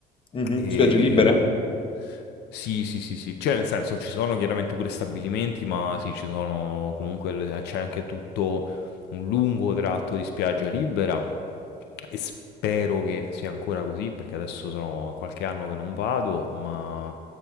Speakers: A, on the left (about 30°); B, on the left (about 80°).
A: Mhm,
B: e...
A: Spiagge libere?
B: Sì, sì, sì, sì, cioè nel senso ci sono chiaramente pure stabilimenti, ma sì, ci sono comunque, le- c'è anche tutto un lungo tratto di spiaggia libera e spero che sia ancora così, perché adesso sono qualche anno che non vado, ma